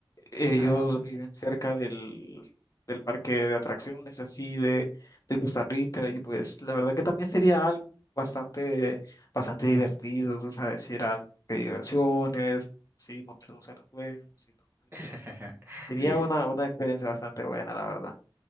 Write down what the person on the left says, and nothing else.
Ellos
viven cerca del, del parque de atracciones, así de, de Costa Rica, y pues la verdad que también sería algo bastante, bastante divertido, tú sabes, ir a de diversiones, sí, montarnos en los juegos y todo
eso. Sería
una,
una experiencia bastante buena, la verdad.